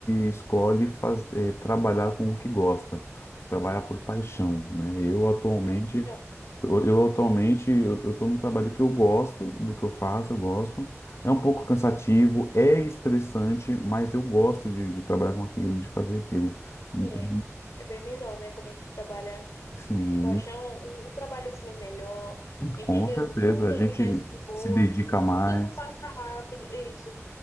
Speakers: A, on the left; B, on the left.
A: escolhe fazer, trabalhar com o que gosta, trabalhar por paixão, né? Eu atualmente
B: é melhor.
A: eu, eu atualmente eu, eu tô num trabalho que eu gosto do que eu faço, eu gosto. É um pouco cansativo, é estressante, mas eu gosto de, de trabalhar com aquilo, de fazer aquilo. Então,
B: É, é bem melhor, né? Quando a gente trabalha
A: sim,
B: com paixão, o, o trabalho flui melhor, entendeu?
A: com certeza
B: Tudo
A: a
B: acontece
A: gente
B: de boa,
A: se dedica mais
B: o tempo passa rápido, é isso.